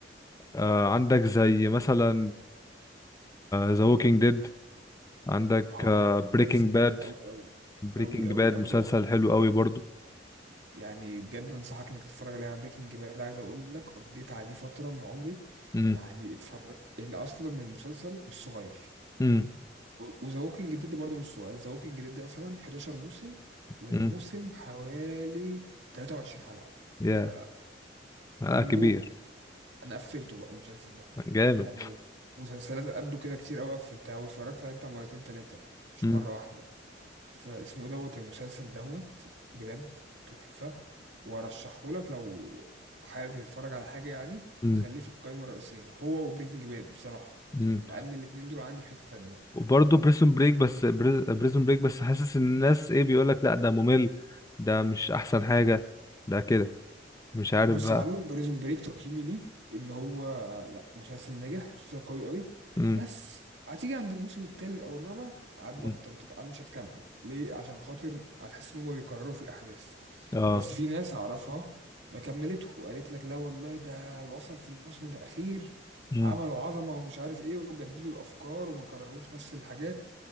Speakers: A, on the left; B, on the right.
A: آه عندك زي مثلا ذا ووكينج ديد عندك
B: اه
A: بريكنج
B: مسلسل
A: باد
B: جامد قوي قوي
A: بريكنج
B: قوي قوي
A: باد
B: قوي
A: مسلسل
B: قوي
A: حلو قوي برضو
B: يعني بجد انصحك انك تتفرج عليه انا بريكنج باد عايز اقول لك قضيت عليه فتره من عمري
A: امم
B: يعني اتفرج اصلا المسلسل مش صغير
A: امم
B: وذا ووكينج ديد برضه مش صغير ذا ووكينج ديد مثلا 11 موسم والموسم
A: امم
B: حوالي 23 حلقة
A: يا
B: ف
A: آه
B: بنموت
A: كبير
B: انا قفلته بقى المسلسل ده
A: جامد
B: يعني مسلسلات قده كده كتير قوي قفلتها واتفرجت عليه بتاع مرتين تلاتة مش
A: امم
B: مرة واحدة فاسمه ايه دوت المسلسل دوت بجد تحفة وارشحه لك لو حابب تتفرج على حاجة يعني
A: امم
B: خليه في القائمة الرئيسية هو وبريكنج باد بصراحة
A: امم
B: لأن الاتنين دول عندي في حتة تانية
A: وبرضه بريسون بريك بس بريسون بريك بس حاسس ان الناس ايه بيقول لك لا ده ممل ده مش احسن حاجة ده كده مش عارف
B: بص
A: بقى
B: يا معلم بريزون بريك تقييمي ليه ان هو لا مسلسل ناجح مسلسل قوي قوي
A: امم
B: بس هتيجي عند الموسم الثالث او الرابع هتبطل
A: أمم.
B: تك- مش هتكمل ليه عشان خاطر هتحس ان هم بيكرروا في الاحداث
A: اه
B: بس في ناس اعرفها ما كملته وقالت لك لا والله ده وصل في الموسم الاخير
A: امم
B: عملوا عظمه ومش عارف ايه وجددوا الافكار وما كرروش نفس الحاجات